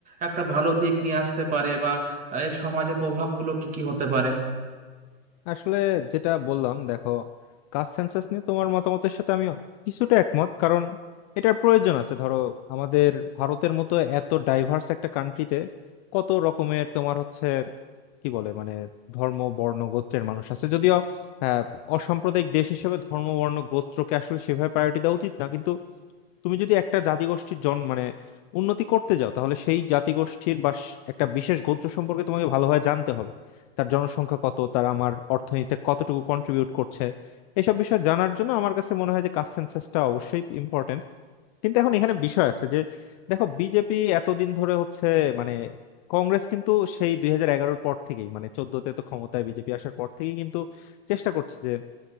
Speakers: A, on the right; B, on the left.
A: একটা ভালো দিক নিয়ে আসতে পারে বা আহ, এর সমাজে প্রভাবগুলো কি কি হতে পারে
B: আসলে যেটা বললাম দেখো কাস্ট সেন্সাস নিয়ে তোমার মতামতের সাথে আমি কিছুটা একমত কারণ এটার প্রয়োজন আছে ধরো আমাদের ভারতের মতো এত ডাইভার্স একটা কান্ট্রিতে কত রকমের তোমার হচ্ছে কি বলে মানে ধর্ম বর্ণ গোত্রের মানুষ আছে যদিও আহ অসাম্প্রদায়িক দেশ হিসেবে ধর্ম বর্ণ গোত্রকে আসলে সেভাবে প্রায়োরিটি দেওয়া উচিত না কিন্তু তুমি যদি একটা জাতিগোষ্ঠীর জন মানে উন্নতি করতে যাও তাহলে সেই জাতিগোষ্ঠীর বা স- একটা বিশেষ গোত্র সম্পর্কে তোমাকে ভালোভাবে জানতে হবে তার জনসংখ্যা কত তারা আমার অর্থনীতিতে কতটুকু কন্ট্রিবিউট করছে এসব বিষয় জানার জন্য আমার কাছে মনে হয় যে কাস্ট সেন্সাসটা অবশ্যই ইম্পর্টেন্ট কিন্তু এখন এখানে বিষয় আছে যে দেখো বিজেপি এতদিন ধরে হচ্ছে মানে কংগ্রেস কিন্তু সেই দুই হাজার এগারোর পর থেকেই মানে চোদ্দতে তো ক্ষমতায় বিজেপি আসার পর থেকেই কিন্তু চেষ্টা করছে